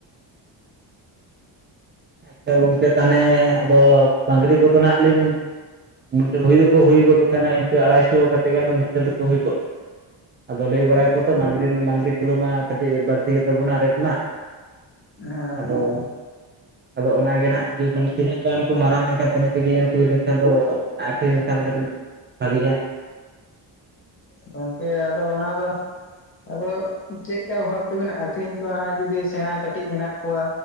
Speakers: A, on the right; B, on the left.
A: ᱟᱪᱪᱷᱟ ᱜᱚᱝᱠᱮ ᱛᱟᱦᱚᱞᱮ ᱟᱫᱚ ᱢᱟᱝᱽᱨᱤ ᱠᱚᱫᱚ ᱦᱟᱜ ᱞᱤᱧ ᱢᱤᱫᱴᱮᱱ ᱵᱷᱟᱹᱭ ᱫᱚᱠᱚ ᱦᱩᱭ ᱜᱚᱫ ᱟᱠᱟᱱᱟ ᱤᱱᱠᱟᱹ ᱟᱲᱟᱭᱥᱚ ᱠᱟᱛᱮ ᱜᱮ ᱫᱚ ᱢᱤᱫᱴᱮᱱ ᱫᱚᱠᱚ ᱦᱩᱭ ᱜᱚᱫ ᱟᱠᱟᱱᱟ ᱟᱫᱚ ᱞᱟᱹᱭ ᱵᱟᱲᱟᱭᱟᱠᱚ
B: ᱦᱮᱸ
A: ᱛᱚ ᱢᱟᱜᱽᱨᱤ ᱢᱟᱝᱜᱽᱨᱤ ᱠᱤᱞᱳ ᱢᱟ ᱠᱟᱹᱴᱤᱡ ᱵᱟᱹᱲᱛᱤ ᱜᱮᱛᱟ ᱵᱚᱱᱟ ᱨᱮᱴ ᱢᱟ
B: ᱦᱮᱸ
A: ᱟᱫᱚ
B: ᱜᱚᱢᱠᱮ
A: ᱟᱫᱚ ᱚᱱᱟ ᱜᱤᱱᱟᱜᱜ ᱢᱟᱱᱮ ᱛᱤᱱᱟᱹᱜ ᱜᱟᱱ ᱠᱚ ᱢᱟᱨᱟᱝ ᱞᱮᱱᱠᱷᱟᱱ ᱛᱤᱱᱟᱹᱜ ᱠᱮᱡᱤ ᱜᱟᱱ ᱠᱩ ᱦᱩᱭᱤ ᱞᱮᱱᱠᱷᱟᱱ ᱫᱚ ᱟᱹᱠᱷᱨᱤᱧ ᱞᱮᱠᱷᱟᱱ ᱫᱚ ᱠᱟᱹᱴᱤᱡ ᱵᱷᱟᱹᱜᱤᱜᱼᱟ ᱾
B: ᱜᱚᱢᱠᱮ ᱟᱫᱚ ᱚᱱᱟ ᱫᱚ ᱟᱫᱚ ᱪᱮᱫ ᱞᱮᱠᱟ ᱵᱷᱟᱵ ᱛᱮᱵᱤᱱ ᱟᱠᱷᱨᱤᱧ ᱠᱚᱣᱟ ᱦᱟᱜ ᱡᱚᱫᱤ ᱥᱮᱬᱟ ᱠᱟᱴᱤᱡ ᱢᱮᱱᱟᱜ ᱠᱚᱣᱟ